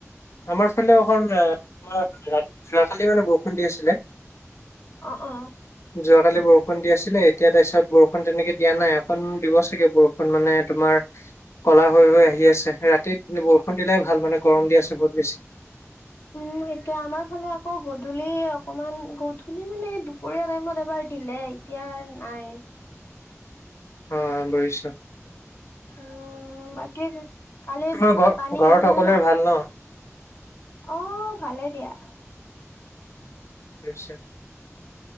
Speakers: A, on the left; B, on the left.
A: আমাৰ ফালে অখন আৰ যোৱাকালি মানে বৰষুণ দি আছিলে।
B: অ', অ'।
A: যোৱাকালি বৰষুণ দি আছিলে, এতিয়া তাৰপিছত বৰষুণ তেনেকে দিয়া নাই, অকণ দিব চাগে বৰষুণ। মানে তোমাৰ, কলা হৈ হৈ আহি আছে, ৰাতি বৰষুণ দিলে ভাল মানে গৰম দি আছে বহুত বেছি।
B: উম, সেইটোয়ে আমাৰ ফালে আকৌ গধূলি অকমান গধূলি মানে দুপ, দুপৰিয়া টাইমত এবাৰ দিলে এতিয়া নাই।
A: অ' বুজিছোঁ।
B: উম, বাকী কালি
A: তোমাৰ ঘৰ
B: পানী
A: ঘৰত
B: হৈছে
A: সকলোৰে
B: নে নাই?
A: ভাল ন
B: অ' ভালে দিয়া।
A: নিশ্চয়।